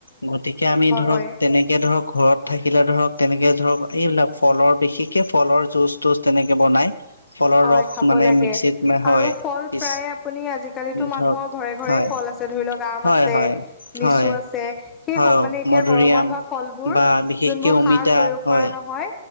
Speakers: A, on the left (about 80°); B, on the left (about 25°).
A: গতিকে আমি ধৰক
B: কৰে
A: তেনেকে ধৰক ঘৰত থাকিলে ধৰক তেনেকে ধৰক এইবিলাক ফলৰ বিশেষকে ফলৰ জুচ তুচ তেনেকে বনাই ফলৰ
B: হয়
A: ৰস
B: খাব
A: মানে
B: লাগে
A: মিক্সিত হয়
B: আৰু ফল
A: পিছ
B: প্ৰায় আপুনি আজিকালিিতো মানুহৰ
A: ধৰক
B: ঘৰে ঘৰে
A: হয়
B: ফল আছে ধৰি লওক আম
A: হয়
B: আছে
A: হয়
B: লিচু
A: হয়
B: আছে সেই
A: হয়
B: মানে এতিয়া
A: মধুৰিআম
B: গৰমত হোৱা ফলবোৰ
A: বা বিশেষকে
B: যোনবোৰ
A: অমিতা
B: সাৰ প্ৰয়োগ
A: হয়
B: কৰা নহয়